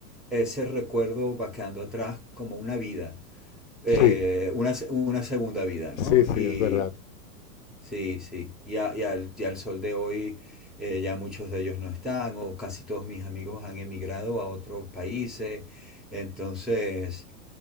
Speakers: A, in the centre; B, on the left.
A: ese recuerdo va quedando atrás como una vida, eh,
B: Sí,
A: una, se- una segunda vida, ¿no?
B: sí, sí,
A: Y
B: es verdad.
A: sí, sí, y, a- y al, y al sol de hoy eh, ya muchos de ellos no están, o casi todos mis amigos han emigrado a otros países, entonces,